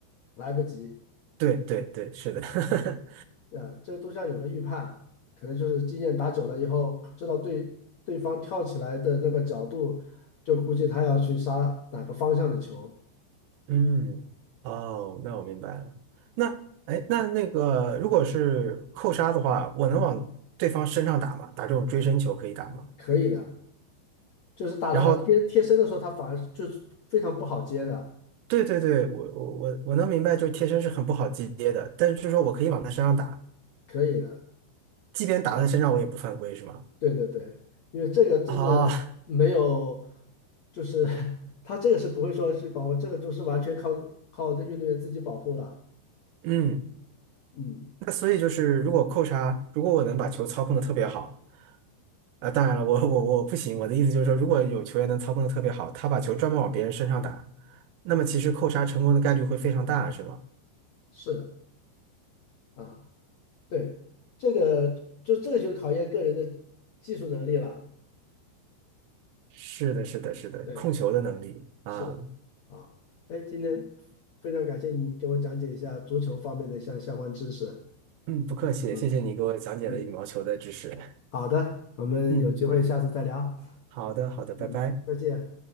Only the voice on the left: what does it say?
来不及。
啊，这都像有个预判，可能就是经验打久了以后，知道对对方跳起来的那个角度，就估计他要去杀哪个方向的球，
可以的。就是打到他贴贴身的时候，
他反而就是非常不好接的，
可以的。
对对对，因为这个真的
没有，就是 <laughs> 他这个是不会说是保护，这个就是完全靠靠运动员自己保护了。
嗯，
对
啊，
是啊。对，这个就这个就考验个人的技术能力了。
对，
是啊，哎，今天非常感谢你给我讲解一下足球方面的相相关知识。
嗯
嗯，好的，我们有机会下次再聊。
嗯，再见。